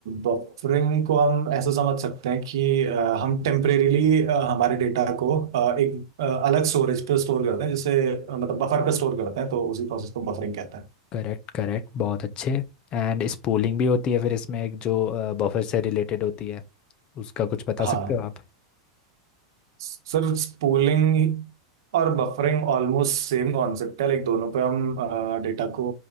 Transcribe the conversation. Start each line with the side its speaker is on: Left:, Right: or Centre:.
Right: बफरिंग को हम ऐसा समझ सकते हैं कि आ, हम टेम्परेरीली हमारे डेटा को आ, एक आ, अलग स्टोरेज पे स्टोर करते हैं जिसे आ, मतलब बफर पे स्टोर करते हैं तो उसी प्रोसेस को बफरिंग कहते हैं
Left: करेक्ट करेक्ट बहुत अच्छे एंड स्पूलिंग भी होती है फिर इसमें एक जो बफर से रिलेटेड होती है उसका कुछ बता
Right: हाँ
Left: सकते हो आप
Right: सर स्पूलिंग और बफरिंग ऑलमोस्ट सेम कॉन्सेप्ट है लाइक दोनों पे हम आ, डेटा को